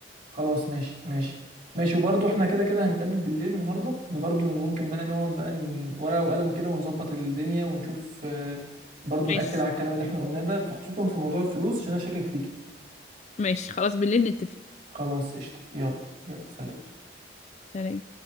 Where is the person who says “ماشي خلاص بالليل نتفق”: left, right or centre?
Left